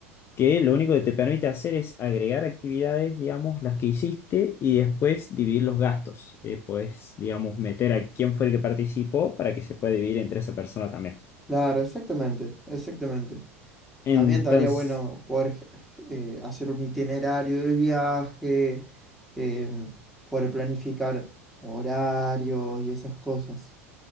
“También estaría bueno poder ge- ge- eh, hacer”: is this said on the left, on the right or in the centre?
Centre